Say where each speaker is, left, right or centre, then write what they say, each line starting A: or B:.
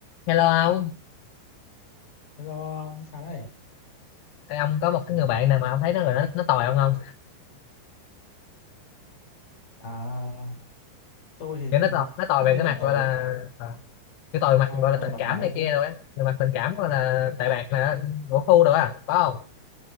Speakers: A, on the left (about 75°); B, on the left (about 50°).
A: Hello ông,
B: Hello ông sao đây?
A: Ê, ông có một cái
B: Ừ.
A: người bạn nào mà ông thấy nó rồi nó nó tồi không không?
B: À, tôi thì
A: Kiểu
B: ờ,
A: nó tồi, nó tồi
B: không
A: về
B: tới
A: cái
B: nói
A: mặt
B: tội
A: gọi là
B: ấy.
A: à, cái tồi mặt
B: À,
A: gọi là
B: tôi
A: tình
B: bạch
A: cảm
B: não
A: này
B: được
A: kia
B: chứ.
A: rồi á, về mặt tình cảm gọi là tệ bạc là của khu rồi á, có không?